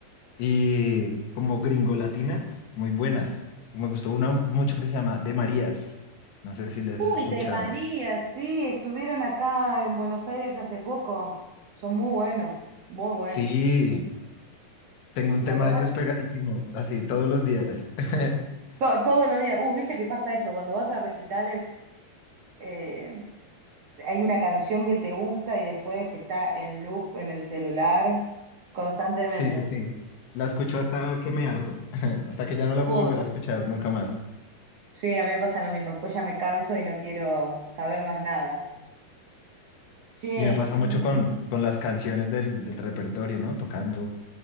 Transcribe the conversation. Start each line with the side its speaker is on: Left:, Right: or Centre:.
Left: y como gringo latinas, muy buenas. Me gustó una mucho que se llama De Marías. No sé si las
Right: Uy,
Left: has escuchado.
Right: de María, sí, estuvieron acá en Buenos Aires hace poco. Son muy buenos, muy buenos.
Left: Sí, Tengo un
Right: La
Left: tema
Right: verdad
Left: de ellos
Right: que
Left: pegadísimo, así todos los días. <laughs>
Right: To- todos los días. Uh, viste que pasa eso, cuando vas a recitales, eh, hay una canción que te gusta y después está en loop en el celular constantemente.
Left: Sí, sí, sí. La escucho hasta que me harto, <laughs> hasta que ya no la
Right: Uh,
Left: puedo volver a escuchar nunca más.
Right: sí, a mí me pasa lo mismo. Después ya me canso y no quiero saber más nada. Che,
Left: Y me pasa
Right: y.
Left: mucho con, con las canciones del, del repertorio, ¿no? Tocando